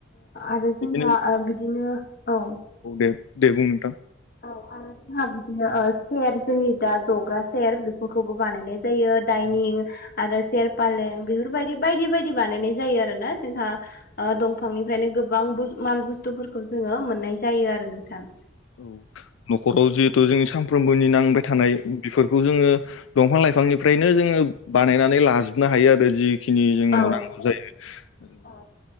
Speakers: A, on the left; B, on the left.
A: आरो
B: बिदिनो
A: जोंहा बिदिनो औ
B: दे बुं नोंथां
A: औ आरो जोंहा बिदिनो सेयार जोंनि दा जग्रा सेयार बेफोरखौबो बानायनाय जायो दाइनिं
B: दाइनफोराव
A: आरो सेयार फालें बेफोरबायदि बायदि बायदि बायदि बानायनाय जायो आरोना जोंहा दंफां बिफांनिफ्रायनो गोबां माल बुस्थुफोरखौ जोङो मोननाय जायो आरो नोंथां
B: औ न'खराव जिहेतु जों सानफ्रोमबोनि नांबाय थानाय बेफोरखौ जोङो दंफां लाइफांनिफ्रायनो जोङो बानायनानै लाजोबनो हायो आरो जि बेखिनि जोंनो
A: ओ
B: नांगौ जायो
A: औ